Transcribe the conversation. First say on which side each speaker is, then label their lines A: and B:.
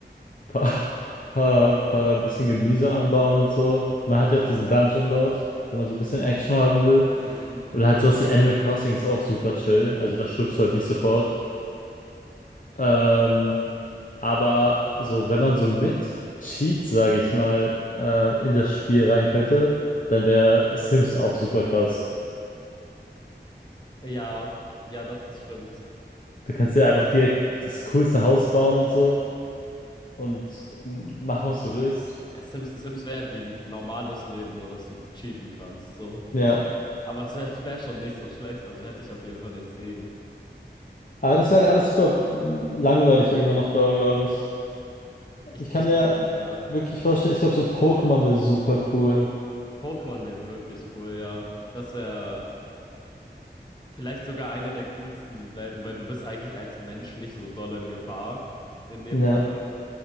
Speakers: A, on the left; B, on the left.
A: paar, paar, paar bisschen Gemüse anbauen und so. Man hat ja auch diesen Dungeon dort, wenn man so ein bisschen Action haben will.
B: Mhm.
A: Oder halt sowas wie Animal Crossing ist auch super chill. Also da stirbst du halt nicht sofort. Ähm, aber so, wenn man so mit Cheats, sage ich mal, äh, in das Spiel rein könnte, dann wäre Sims auch super krass.
B: Ja, ja, doch, das stimmt.
A: Du kannst dir
B: Ja,
A: einfach
B: we-
A: direkt das coolste Haus bauen und so und machen, was du willst.
B: ja, Sims, Sims wäre halt wie ein normales Leben, nur dass du cheaten kannst. So,
A: Ja.
B: das, aber es wäre wär wär schon nicht so schlecht, also hätte ich auf jeden Fall nichts gegen.
A: Aber das wäre halt alles super langweilig irgendwann auf Dauer, glaube ich.
B: Ich,
A: Ich kann
B: ich
A: mir
B: glaube, ja,
A: wirklich vorstellen, ich glaube, so Pokémon wäre super cool.
B: Pokémon wäre wirklich cool, ja. Das wäre Vielleicht sogar eine der coolsten Welten, weil du bist eigentlich als Mensch nicht so doll in Gefahr in dem
A: Ja,
B: Sinne,